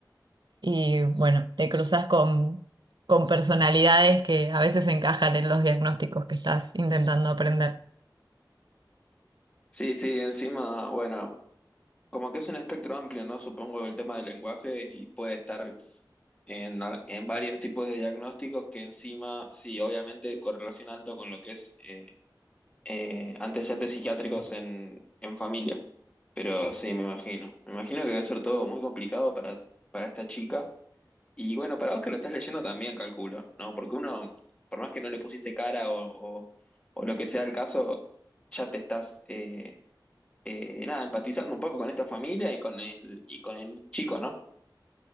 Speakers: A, on the right; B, on the left.
A: y bueno, te cruzas con, con personalidades que a veces encajan en los diagnósticos que estás intentando aprender.
B: Sí, sí, encima, bueno, como que es un espectro amplio, ¿no? Supongo el tema del lenguaje y puede estar en, a- en varios tipos de diagnósticos que encima, sí, obviamente correlación alto con lo que es eh, eh, antecedentes psiquiátricos en, en familia. Pero sí, me imagino. Me imagino que debe ser todo muy complicado para, para esta chica. Y bueno, para vos que lo estás leyendo también, calculo, ¿no? Porque uno, por más que no le pusiste cara o, o- o lo que sea el caso, ya te estás, eh, eh, nada, empatizando un poco con esta familia y con el, y con el chico, ¿no?